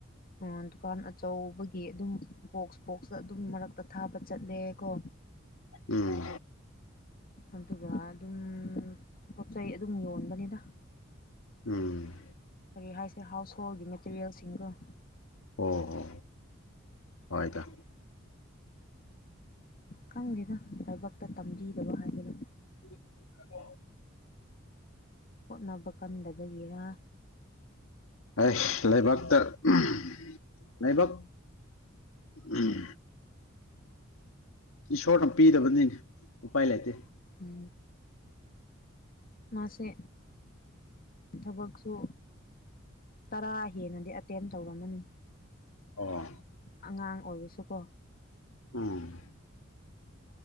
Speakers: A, on the left; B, on the left.
A: ꯑ ꯗꯨꯀꯥꯟ ꯑꯆꯧꯕꯒꯤ ꯑꯗꯨꯝ ꯕꯣꯛꯁ ꯕꯣꯛꯁ ꯑꯗꯨꯝ ꯃꯔꯛꯇ ꯊꯥꯕ ꯆꯠꯂꯦ ꯀꯣ
B: ꯎꯝ
A: ꯑꯗꯨꯒ ꯑꯗꯨꯝ ꯄꯣꯠꯆꯩꯩ ꯑꯗꯨꯝ ꯌꯣꯟꯕꯅꯤꯗ
B: ꯎꯝ
A: ꯀꯔꯤ ꯍꯥꯏꯁꯦ ꯍꯥꯎꯁꯍꯣꯜꯒꯤ ꯃꯦꯇꯔꯤꯌꯦꯜꯁꯤꯡꯒ
B: ꯑꯣꯍꯣ ꯍꯣꯏꯗ
A: ꯈꯪꯗꯦꯗ ꯂꯥꯏꯕꯛꯇ ꯇꯝꯕꯤꯗꯕ ꯍꯥꯏꯕꯗꯨ
B: <inaudible>
A: ꯍꯣꯠꯅꯕ ꯀꯟꯗꯕꯒꯤꯔꯥ
B: ꯍꯩꯁ ꯂꯥꯏꯕꯥꯛꯇ <unintelligible> ꯂꯥꯏꯕꯛ ꯎꯝ ꯏꯁꯣꯔꯅ ꯄꯤꯗꯕꯅꯤꯅꯦ ꯎꯄꯥꯏ ꯂꯩꯇꯦ
A: ꯎꯝ ꯃꯥꯁꯦ ꯊꯕꯛꯁꯨ ꯇꯔꯥ ꯍꯦꯟꯅꯗꯤ ꯑꯇꯦꯝ ꯇꯧꯔꯝꯃꯅꯤ
B: ꯑꯣ
A: ꯑꯉꯥꯡ ꯑꯣꯏꯔꯁꯨꯀꯣ
B: ꯎꯝ